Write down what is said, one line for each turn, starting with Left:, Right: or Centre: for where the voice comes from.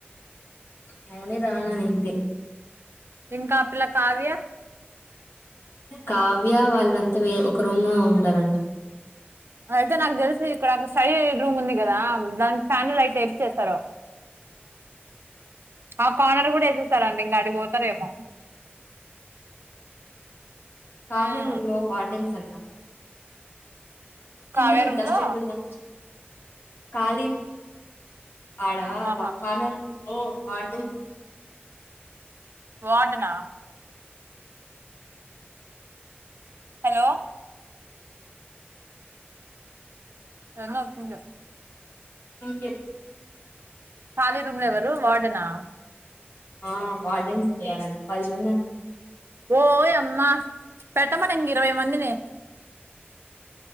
Left: మౌని రాననింది
Right: ఇంకా ఆ పిల్ల కావ్య
Left: కావ్య వాళ్ళంతా వే ఒక రూమ్ లో ఉండరంట
Right: అయితే నాకు తెలుసి ఇక్కడ స్టడీ రూమ్ ఉంది కదా దానికి ఫ్యాన్లు లైట్లు ఏపిచ్చేస్తారు ఆ కార్నర్ గుడ వేసేసారండి ఇంగ అడిగిపోతరేమో
Left: కార్నర్
Right: ఉమ్
Left: రూమ్ లో వార్డెన్స్ కి కింద
Right: కావ్య
Left: చూడు
Right: రూమ్
Left: డస్ట్
Right: లో
Left: ఎట్ల ఉందో కాలి ఆడ
Right: ఆహా
Left: వ కార్నర్ లో వాడు
Right: వార్డెనా హలో <unintelligible> వస్తుంది
Left: <inaudible>
Right: కాలి రూమ్ లో ఎవరు వార్డెనా
Left: ఆ వార్డెన్స్ చేయాలంట పది మంది అంట
Right: ఓయ్ అమ్మా పెట్టమను ఇంక ఇరవై మందిని